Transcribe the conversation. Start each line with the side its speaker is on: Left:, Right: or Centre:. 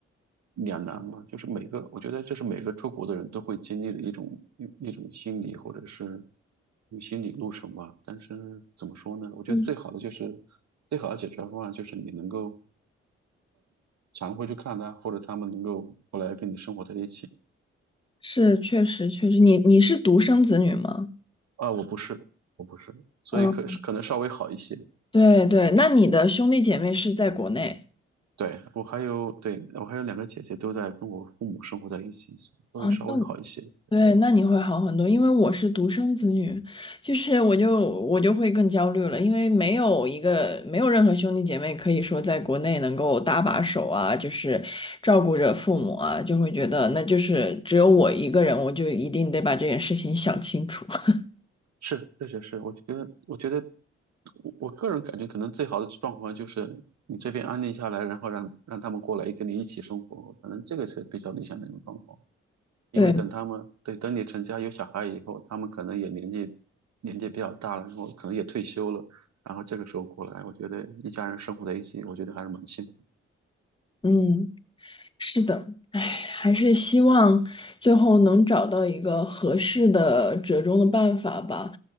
Right: 两难嘛。就是每个，我觉得这是每个出国的人都会经历的一种一一种心理或者是一种心理路程吧。但是怎么说呢？我觉得最好的就是
Left: 嗯，
Right: 最好的解决方案就是你能够。常会去看他，或者他们能够后来跟你生活在一起。
Left: 是，确实确实，你你是独生子女吗？
Right: 啊，我不是，我不是，所以可可能稍微好一些。
Left: 嗯。对对，那你的兄弟姐妹是在国内
Right: 对，我还有，对，我还有两个姐姐都在跟我父母生活在一起，所以稍微好一些。
Left: 啊？那对，那你会好很多，因为我是独生子女，就是我就我就会更焦虑了，因为没有一个没有任何兄弟姐妹可以说在国内能够搭把手啊，就是照顾着父母啊，就会觉得那就是只有我一个人，我就一定得把这件事情想清楚。<laughs>
Right: 是，确实是，我觉得，我觉得，我我个人感觉，可能最好的状况就是你这边安定下来，然后让让他们过来跟你一起生活，可能这个是比较理想的一种状况。因为等他们，
Left: 对，
Right: 对，等你成家有小孩以后，他们可能也年纪年纪比较大了，然后可能也退休了，然后这个时候过来，我觉得一家人生活在一起，我觉得还是蛮幸福，
Left: 嗯。是的，唉，还是希望最后能找到一个合适的折中的办法吧。